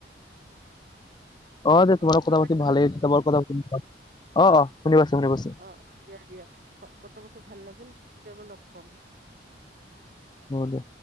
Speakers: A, on the left (about 25°); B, on the right (about 50°).
A: অ যে তোমাৰ
B: শুনা
A: কথা
B: পাইছা
A: পাতি ভালেই
B: ন
A: তোমাৰ কথাতি ভ অ অ শুনি পাইছোঁ শুনি পাইছোঁ।
B: অ দিয়া দিয়া কথা পাতি ভাল লাগিল, কেতিয়াবা লগ পাম।
A: হ দে